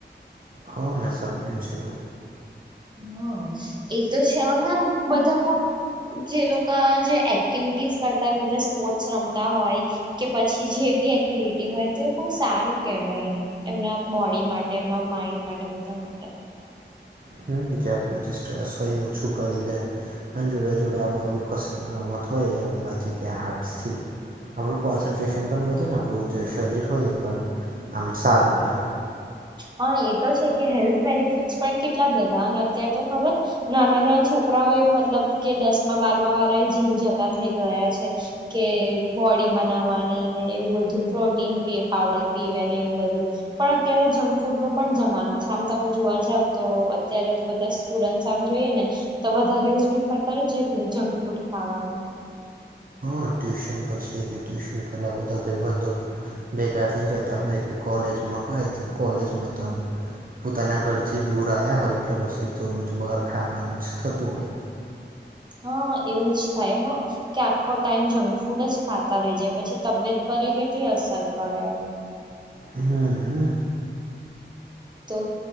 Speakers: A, on the right (about 50°); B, on the right (about 25°).
A: હા મેં સાંભળ્યું છે એવુ.
B: હા એતો છે અનેને આમ બધામાં. જે લોકો જે એક્ટિવિટીસ કરતા હોય બધા સ્પોર્ટ્સ રમતા હોય. કે પછી જે બી એક્ટિવિટી હોય તો એ બહુ સારું કેવાય એમ એમના બોડી માટે એમના માઈન્ડ માટે બધા માટે
A: હમ્મ જે પછી સ્ટ્રેસ હોય ઓછું કરી દે. એ જોડે જોડે આમ અવકસ રમત હોય એ રમવાથી કે આર્ટસ થી આપણું કોન્સન્ટ્રેશન પણ વધે ને આપણું જે શરીર હોય એ પણ આમ સારું રેય.
B: હા એ તો છે કે હેલ્થ બેનિફિટસ પણ કેટલા બધા અને અત્યારે તો ખબર નાના નાના છોકરાઓ એ મતલબ કે દસ બારમા વાળા એ જીમ જતા થઇ ગયા છે. કે બોડી બનાવાની ને એવું બધું પ્રોટીન પઉડર પીવે ને એવું બધું પણ અત તો જંક ફૂડ નો પણ જમાનો છે આમ તમે જોવા જાવ તો અત્યારે તો બધા સ્ટુડન્ટ આમ જોઈએ ને તો વધારે એવું પ્રિફર કરે છે જંક ફૂડ ખાવાનું.
A: પણ ટ્યુશન પછી કે ટ્યુશન પહેલાં બધા ભાઈ બંધો. ભેગા થઈ જતા હોય કે કોલેજમાં હોય તો કોલેજમાં તો પોતાના ઘરથી દૂર આવ્યા હોય એટલે પછી તો રોજ બહાર ખાવાનું જ થતું હોય.
B: હા એવું જ થાય હ કે આખો ટાઈમ જંક ફૂડ જ ખાય રહી જાય પછી તબિયત પર એ કેટલી અસર કરે એમ
A: હમ હમ.
B: તો.